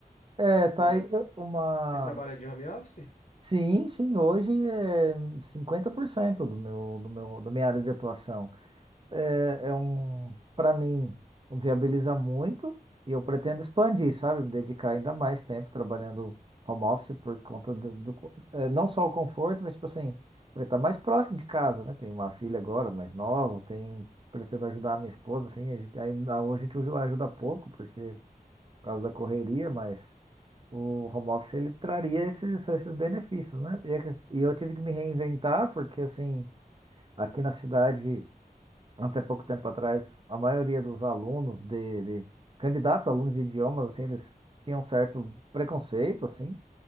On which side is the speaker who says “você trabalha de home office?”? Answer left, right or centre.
Left